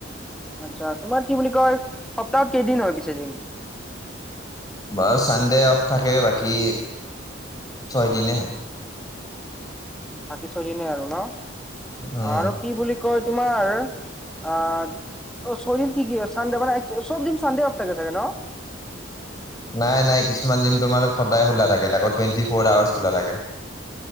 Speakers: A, in the centre; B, on the left.
A: আচ্ছা, তোমাৰ কি বুলি কয়, সপ্তাহত কেইদিন হয় পিছে জিম?
B: আৰু চানডে অফ থাকে, বাকী ছয় দিনে হয়।
A: বাকী ছয় দিনে আৰু ন,
B: উম
A: আৰু কি বুলি কয় তোমাৰ আহ, ছদিন কি কি, চানডে মানে, সবদিন চানডে অফ থাকে চাকে ন?
B: <inaudible> নাই নাই, কিছুমান জিম তোমাৰ সদায় খোলা থাকে, তাকো টুৱেণ্টি ফৰ আৱাৰছ খোলা থাকে। <inaudible>